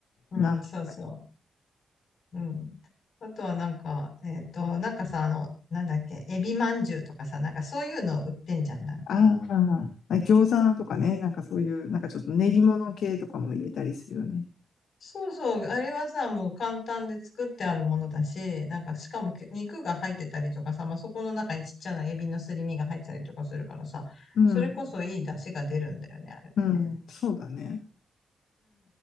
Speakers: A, on the left; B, on the left.
A: うん、
B: 鍋とかに、
A: そうそう。うん。あとはなんか、えっと、なんかさ、あの、なんだっけ、エビまんじゅうとかさ、なんかそういうの売ってんじゃん、なんか。
B: ああ、あ餃子とかね、なんかそういう、なんかちょっと練り物系とかも入れたりするよね。
A: そうそう、あれはさ、もう簡単で作ってあるものだし、なんかしかもけ肉が入ってたりとかさ、まあ、そこの中にちっちゃなエビのすり身が入ってたりとかするからさ、
B: うん、
A: それこそいい出汁が出るんだよね、あれもね。
B: うん、そうだね。